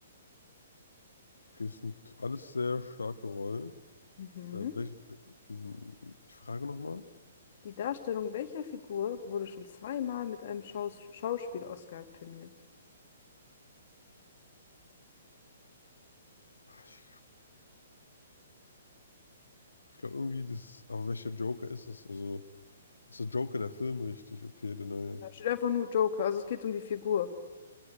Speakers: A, on the left; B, on the left.
A: Okay, es sind alles sehr starke Rollen.
B: Mhm.
A: Äh, welche, hm, die Frage nochmal?
B: Die Darstellung welcher Figur wurde schon zweimal mit einem Schaus Schauspiel-Oscar prämiert?
A: Ich, ich glaube irgendwie das, aber welcher Joker ist es? Also. Achso, Joker, der Film, richtig. Okay, der neue.
B: Da steht einfach nur Joker, also es geht um die Figur.